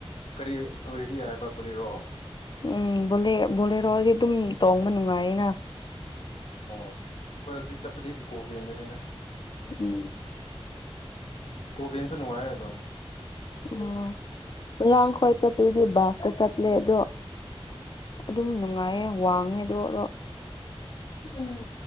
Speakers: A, on the left (about 85°); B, on the left (about 45°).
A: ꯀꯔꯤ ꯑꯣꯏꯔꯗꯤ ꯌꯥꯏꯌꯦꯕ ꯕꯣꯂꯦꯔꯣ
B: ꯎꯝ ꯕꯣꯂꯦꯔꯣꯗꯤ ꯑꯗꯨꯝ ꯇꯣꯡꯕ ꯅꯨꯡꯉꯥꯏꯌꯦꯅ
A: ꯑꯣ ꯑꯩꯈꯣꯏ ꯍꯧꯖꯤꯛ ꯆꯠꯄꯗꯤ ꯏꯀꯣ ꯚꯦꯟꯗꯅꯤꯅ
B: ꯎꯝ
A: ꯀꯣꯚꯦꯟꯁꯨ ꯅꯨꯡꯉꯥꯏ ꯑꯗꯣ
B: ꯎꯝ ꯂꯥꯡ ꯈ꯭ꯋꯥꯏ ꯆꯠꯄꯗꯨꯗꯤ ꯕꯥꯁꯇ ꯆꯠꯂꯦ ꯑꯗꯣ ꯑꯗꯨꯝ ꯅꯨꯡꯉꯥꯏꯌꯦ ꯋꯥꯡꯉꯦ ꯑꯗꯣ ꯑꯗꯣ ꯎꯝ